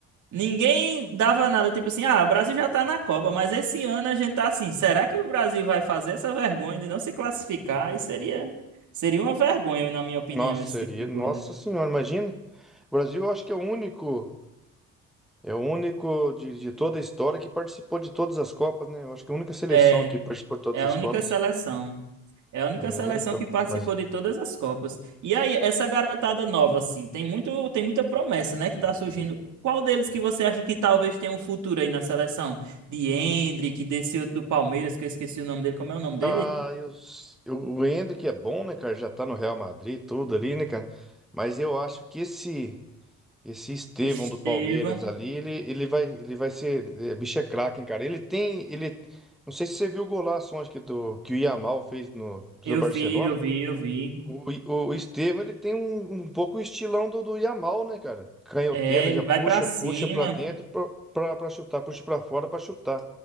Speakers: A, on the right; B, in the centre.
A: ninguém dava nada. Tipo assim, ah, o Brasil já tá na Copa, mas esse ano a gente tá assim, será que o Brasil vai fazer essa vergonha de não se classificar? Aí seria, seria uma vergonha, na minha opinião,
B: Nossa,
A: esse
B: seria.
A: tipo de
B: Nossa
A: coisa.
B: Senhora, imagina. O Brasil, eu acho que é o único, é o único de, de toda a história que participou de todas as Copas, né? Eu acho que é a única seleção
A: É,
B: que participou de todas
A: é
B: as
A: a única
B: Copas.
A: seleção. É a única
B: É,
A: seleção
B: então.
A: que participou
B: Mas.
A: de todas as Copas. E aí, essa garotada nova, assim, tem muito, tem muita promessa, né, que tá surgindo. Qual deles que você acha que talvez tenha um futuro aí na seleção? De Endrick, desse outro do Palmeiras, que eu esqueci o nome dele. Como é o nome dele?
B: Ah, eu, eu, o Hendrick é bom, né, cara? Já tá no Real Madrid, tudo ali, né, cara? Mas eu acho que esse. Esse Estevão
A: Estevão.
B: do Palmeiras ali, ele, ele vai, ele vai ser. É, bicho é craque, hein, cara. Ele tem. Ele, não sei se você viu o golaço onde que, do, que o Yamal fez no, pelo
A: Eu
B: Barcelona.
A: vi, eu vi, eu vi.
B: O, I- o Estevão, ele tem um, um pouco o estilão do, do Yamal, né, cara? Canhoteiro,
A: É,
B: ele
A: ele
B: já
A: vai
B: puxa,
A: pra cima.
B: puxa pra dentro pra, pra, pra chutar, puxa pra fora pra chutar.